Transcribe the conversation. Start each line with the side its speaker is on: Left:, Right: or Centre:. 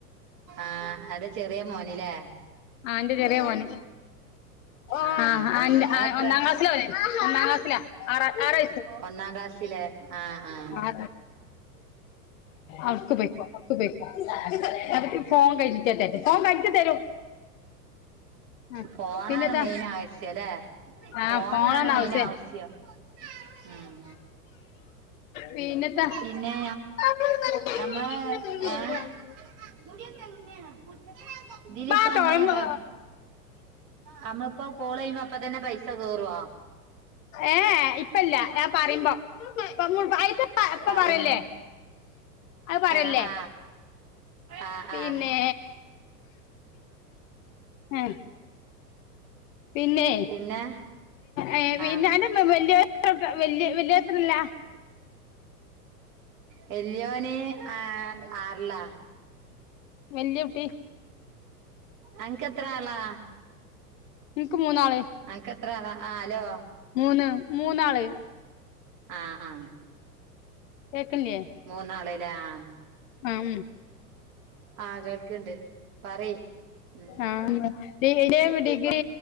Right: ആഹ് അത ചെറിയ മോനിലേ.
Left: ആഹ് ന്റെ ചെറിയ മോന്. ആ
Right: ആഹ് ഓനെത്ര
Left: ഒന്നാം ക്ലാസ്സില പോ ഒന്നാം ക്ലാസ്സിലാ ആ ആറ വയസ്
Right: ഒന്നാം ക്ലാസിലെ. ആഹ് ആഹ്
Left: ആ അർക്ക ബു അർക്ക ബു <unintelligible> ഫോൺ കഴിച്ചിട്ട തട്ട ഫോൺ കഴിച്ച തരും. ആ
Right: ഫോണാണ്
Left: പിന്നെതാ
Right: മെയിൻ ആവശ്യം അല്ലേ
Left: ആഹ്
Right: ഫോണിനാണ്
Left: ഫോണ ണ്ടവിസ്യ
Right: മെയിൻ ആവശ്യം ഉം
Left: പിന്നെട്ത്താ
Right: പിന്നെ
Left: <unintelligible>
Right: ഞമ്മള് ഏഹ് <unintelligible> ദിലിപ
Left: ബാ തോന്നുമ്പോ
Right: അങ്ങനെ നമ്മളിപ്പോ കോൾ കഴുമ്പോ അപ്പ തന്നെ പൈസ കേറുവോ?
Left: ഏഹ് ഇപ്പല്ല പറയുമ്പോ <unintelligible> എപ്പ
Right: കറിമ
Left: പറയല്ലേ അത് പറയല്ലേ.
Right: ആഹ് ആഹ്
Left: പിന്നെ
Right: ആഹ്
Left: ആഹ് പിന്നെ
Right: പിന്നെ
Left: ഏ പിന്ന
Right: ആഹ്
Left: വലിയ വിയ വലയൊളത്രല്ല.
Right: വെല്യോന് ആ ആറിലാ
Left: വലിയ കുട്ടി
Right: അനകെത്രാളാ
Left: എനിക്ക് മൂന്നാള്
Right: അനക്ക് എത്ര ആളാ ഹലോ.
Left: മൂന്ന് മൂന്നാള്.
Right: ആഹ് ആഹ്
Left: കേക്കണല്ല്യ.
Right: മൂന്നാളല്ലേ ആഹ്
Left: ഉം
Right: ആ കേൾക്ണ്ട് പറി ഉം
Left: ആന്ന് <unintelligible> ഡിഗ്രി